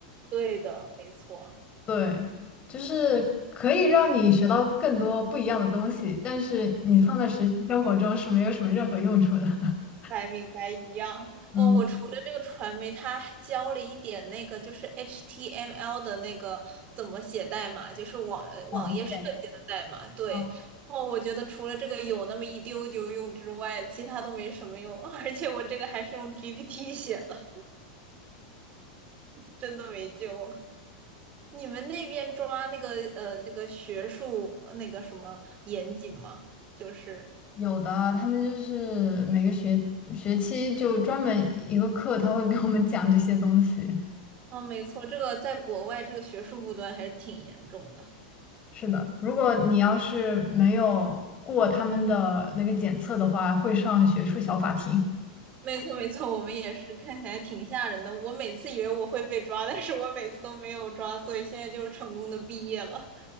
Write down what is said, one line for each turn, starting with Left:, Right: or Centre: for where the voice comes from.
Right: 对的，没错。
Left: 对，就是可以让你学到更多不一样的东西，但是你放在实际生活中是没有什么任何用处的。<laughs>
Right: 白明白一样。
Left: 嗯，
Right: 哦，我除了这个传媒，他还教了一点那个就是 HTML 的那个怎么写代码，就是网呃网页设计的代码。
Left: 网页，
Right: 对，
Left: 嗯，
Right: 哦，我觉得除了这个有那么一丢丢用之外，其他都没什么用。<laughs> 而且我这个还是用 GPT 写的，真的没救了。你们那边抓那个呃那个学术呃那个什么严谨吗？就是，
Left: 有的，他们就是每个学学期就专门一个课，他会给我们讲这些东西。
Right: 哦，没错，这个在国外这个学术不端还是挺严重的。
Left: 是的，如果你要是没有过他们的那个检测的话，会上学术小法庭。
Right: 没错没错，我们也是看起来挺吓人的。我每次以为我会被抓，但是我每次都没有抓，所以现在就是成功的毕业了。